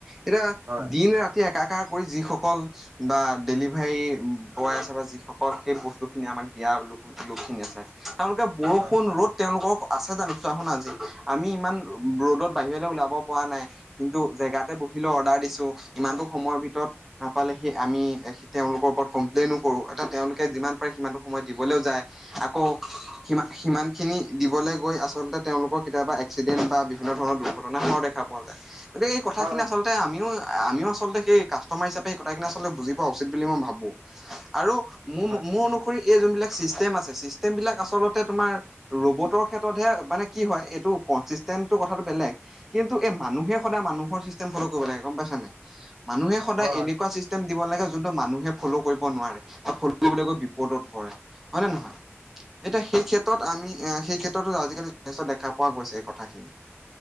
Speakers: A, in the centre; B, on the right.
A: এতিয়া
B: হয়
A: দিন ৰাতি একাকাৰ কৰি যিসকল বা ডেলি ভাৰি বয় আছে বা যিসকল সেই বস্তুখিনি আমাক দিয়া লোক লোকখিনি আছে। তেওঁলোকে বৰষুণ
B: হয়
A: ৰ'দ তেওঁলোকক আছে জানো চোৱা শুনা আজি আমি ইমান ৰ'দত বাহিৰলৈ ওলাব পৰা নাই। কিন্তু জেগাতে বহিলৈ অৰ্ডাৰ দিছো ইমানতো সময়ৰ ভিতৰত নাপালে সি আমি তেওঁলোকৰ ওপৰত কমপ্লেইনো কৰো এতিয়া তেওঁলোকে যিমান পাৰে সিমানতটো সময় দিবলৈও যায় আকৌ সিমা সিমান খিনি দিবলৈ গৈ আচলতে তেওঁলোকৰ কেতিয়াবা এক্সিডেণ্ট বা বিভিন্ন ধৰণৰ দুৰ্ঘটনা হোৱাও দেখা পোৱা যায়। গতিকে এই কথাখিনি
B: হয়
A: আচলতে আমিও আমিও আচলতে সেই কাষ্টমাৰ হিচাপে এই কথাখিনি আচলতে বুজি পাওঁ। বুলি মই ভাবো আৰু
B: হয়
A: মোৰ অনুসৰি এই যোনবিলাক চিষ্টেম আছে ছিষ্টেমবিলাক আচলতে তোমাৰ ৰবটৰ ক্ষেত্ৰতহে মানে কি হয় এইটো কনচিষ্টেণ্ৰ টো কথাটো বেলেগ। কিন্তু এই মানুহে সদায় মানুহৰ চিষ্টেম ফল' কৰিব লাগে গম পাইচা নাই। মানুহে সদায়
B: হয়
A: এনেকুৱা চিষ্টেম দিব লাগে যোনটো মানুহে ফ'ল' কৰিব নোৱাৰে বা ফল কৰিবলৈ কৈ বিপদত পৰে হয় নে নহয়। এতিয়া সেই ক্ষেত্ৰত আমি সেই ক্ষেত্ৰতো আজিকালি যথেষ্ট দেখা পোৱা গৈছে এই কথাখিনি।